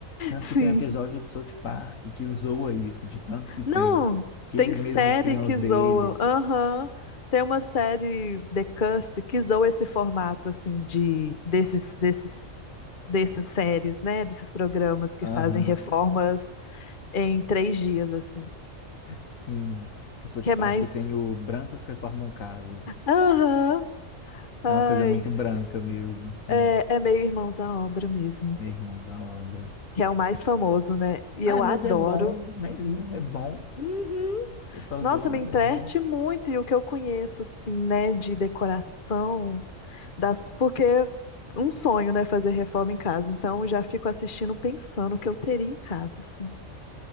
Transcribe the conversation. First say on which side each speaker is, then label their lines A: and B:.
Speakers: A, on the left; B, on the left.
A: Tanto
B: Sim.
A: que tem um episódio do South Park que zoa isso, de tantos que tem.
B: Não,
A: Que
B: tem
A: eles
B: série
A: mesmos criam
B: que
A: os deles.
B: zoa. Aham. Tem uma série The Curse que zoa esse formato assim de desses desses dessas séries, né, desses programas que
A: Aham.
B: fazem reformas em três dias assim.
A: Sim. O South
B: Que
A: Park
B: é mais
A: tem o Brancos Reformam Casas.
B: Aham. Ai,
A: É uma coisa muito
B: sim.
A: branca mesmo, assim.
B: É, é meio Irmãos à Obra mesmo,
A: Meu irmãos, a obra.
B: que é o mais famoso, né? E
A: Ah,
B: eu
A: mas
B: adoro.
A: é bom, né? Lívia? É bom. O
B: Uhum.
A: pessoal
B: Nossa,
A: zoa, mas
B: me entrete
A: é bom.
B: muito e o que eu conheço, assim, né, de decoração, das... porque é um sonho, né, fazer reforma em casa. Então, eu já fico assistindo pensando o que eu teria em casa, assim.